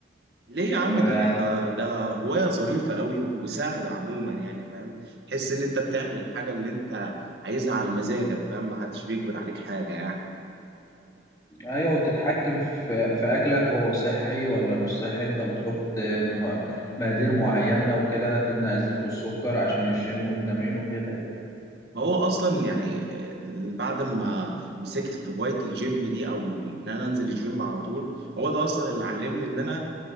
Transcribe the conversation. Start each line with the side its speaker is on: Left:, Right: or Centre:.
Right: ليه يا
Left: يعني
Right: عم ده ده هوايه ظريفه قوي وسهله عموما يعني فاهم تحس ان انت بتعمل الحاجه اللي انت عايزها على مزاجك فاهم محدش بيجبر عليك حاجه يعني
Left: ايوه وتتحكم في في اكلك هو صحي ولا مش صحي انت بتحط م- مقادير معينه وكده تمنع الزيت والسكر عشان الجيم والتمرين وكده ايوه فاهم.
Right: ما هو اصلا يعني آه، بعد ما مسكت في هوايه الجيم دي او ان انا انزل الجيم على طول هو ده اصلا اللي علمني ان انا